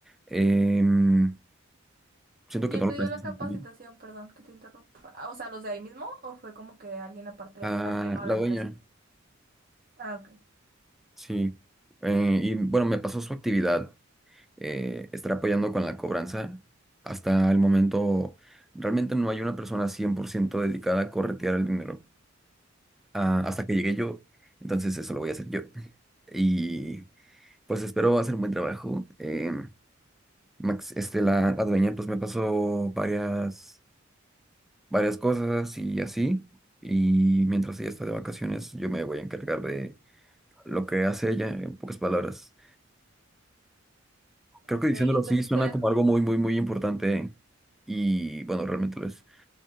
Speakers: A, in the centre; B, on the right.
A: Em, siento que
B: ¿Quién
A: no lo
B: te dio
A: necesito.
B: la capacitación? Perdón, que te interrumpa. Ah, O sea, ¿los de ahí mismo o fue como que alguien aparte
A: Ah,
B: ajeno a
A: la
B: la
A: dueña,
B: empresa? Ah, ok.
A: sí. Eh, y bueno, me pasó su actividad. Eh, estar apoyando con la cobranza. Hasta el momento, realmente no hay una persona 100% dedicada a corretear el dinero. Ah,
B: Ok,
A: hasta que llegué yo, entonces eso lo voy a hacer yo. Y pues espero hacer un buen trabajo. Eh, Max, este, la, la dueña pues me pasó varias, varias cosas y así. Y mientras ella está de vacaciones, yo me voy a encargar de lo que hace ella, en pocas palabras. Creo
B: ok,
A: que diciéndolo
B: entonces
A: así suena
B: te dejo.
A: como algo muy, muy, muy importante. Y bueno, realmente lo es.